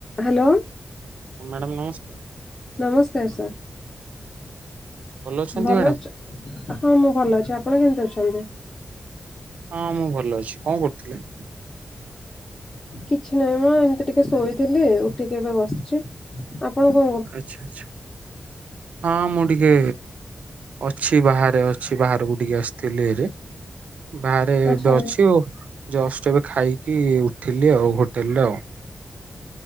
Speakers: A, on the left; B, on the right.
A: Hello.
B: ହଁ madam ନମସ୍କାର।
A: ନମସ୍କାର ସାର୍।
B: ଅଛନ୍ତି
A: ଭଲ
B: ମ୍ୟାଡ଼ାମ
A: ଅଚ ହଁ ମୁଁ ଭଲ ଅଛି ଆପଣ କେମିତି ଅଛନ୍ତି?
B: ହଁ ମୁଁ ଭଲ ଅଛି କଣ କରୁଥିଲେ?
A: କିଛି ନାହିଁ ମ ଏମିତି ଟିକେ ଶୋଇଥିଲି ଉଠିକି ଏବେ ବସଛି। ଆପଣ କଣ
B: ଆଚ୍ଛା ଆଚ୍ଛା ହଁ ମୁଁ ଟିକେ ଅଛି ବାହାରେ ଅଛି ବାହାରକୁ ଟିକେ ଆସିଥିଲି ହେରି। ବାହାରେ
A: ଆଚ୍ଛା
B: ଏବେ ଅଛି ଆଉ ଜଷ୍ଟ ଏବେ ଖାଇକି ଉଠିଲି ଆଉ ହୋଟେଲରେ ଆଉ।